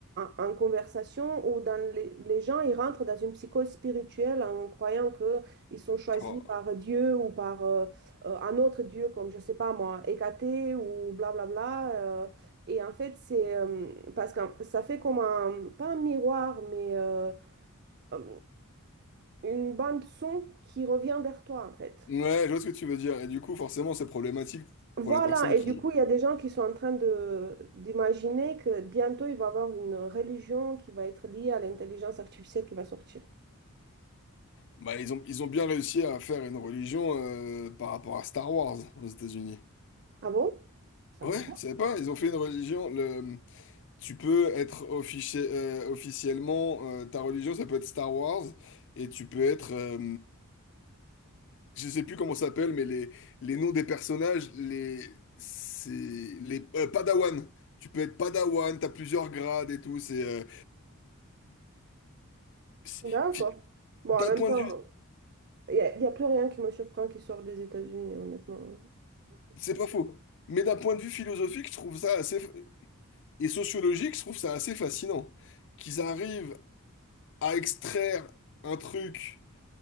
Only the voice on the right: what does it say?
en, en- en conversation où dans les, les gens, ils rentrent dans une psychose spirituelle en croyant que ils sont choisis
par Dieu ou par euh, euh, un autre Dieu, comme je sais pas moi, Hécaté ou blablabla. euh, et en fait, c'est euh, parce que ça fait comme un, pas un miroir, mais euh, euh, une bande son qui revient vers toi, en fait.
Voilà,
et
du coup, il y a des gens qui sont en train de d'imaginer que bientôt, il va y avoir une religion qui va être liée à l'intelligence artificielle qui va sortir.
Ah bon? Ça
va.
D'accord.
Bon,
en même
temps.
Il n'y a, y a plus rien qui me surprend qui sort des États-Unis, honnêtement.